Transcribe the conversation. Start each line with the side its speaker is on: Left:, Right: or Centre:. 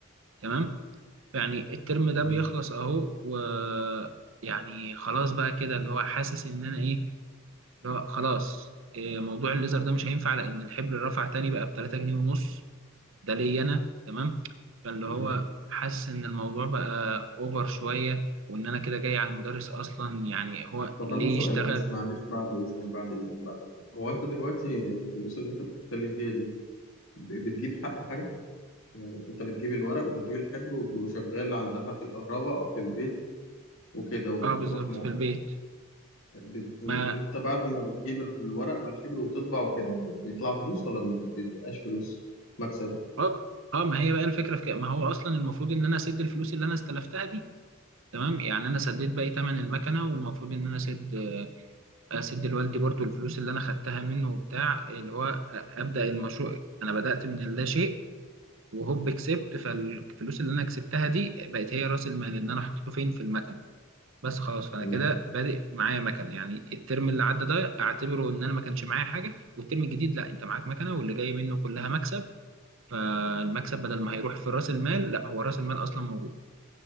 Right: تمام يعني الترم ده
Left: تمام
Right: بيخلص اهو ويعني خلاص بقى كده اللي هو حاسس ان انا ايه اللي هو خلاص إيه، موضوع الليزر ده مش هينفع لان الحبر رفع تاني بقى ب 3 جنيه ونص ده ليا انا تمام فاللي
Left: تمام
Right: هو حاسس ان الموضوع بقى اوفر شويه وان انا كده جاي على المدرس اصلا يعني هو
Left: طب
Right: ليه
Left: أنا سؤال
Right: يشتغل
Left: بس معلش بعد إذنك بعد إذنك بعد إذنك هو أنت دلوقتي الفلوس اللي أنت بتتكلم فيها دي ب... بتجيب حق حاجة يعني أنت بتجيب الورق وبتجيب الحبر وشغال عند حد كهرباء أو في البيت وكده وبتروح
Right: اه بالظبط
Left: م...
Right: في البيت
Left: بت...
Right: ما
Left: انت بعد ما بتجيب الورق والحبر وتطبع وكده ب- بيطلع فلوس ولا ما بي- بيبقاش فلوس مكسب
Right: اه اه ما هي بقى الفكره في كده ما هو اصلا المفروض ان انا اسد الفلوس اللي انا استلفتها دي تمام يعني انا سديت باقي ثمن المكنه والمفروض ان انا اسد اسد لوالدي برضو الفلوس اللي انا خدتها منه وبتاع اللي هو ابدا المشروع انا بدات من اللا شيء وهوب كسبت فالفلوس اللي انا كسبتها دي بقت هي راس المال اللي انا حطيته فين في المكن بس خلاص فانا
Left: تمام
Right: كده بادئ معايا مكنه يعني الترم اللي عدى ده اعتبره ان انا ما كانش معايا حاجه والترم الجديد لا انت معاك مكنه واللي جاي منه كلها مكسب فالمكسب بدل ما هيروح في راس المال لا هو راس المال اصلا موجود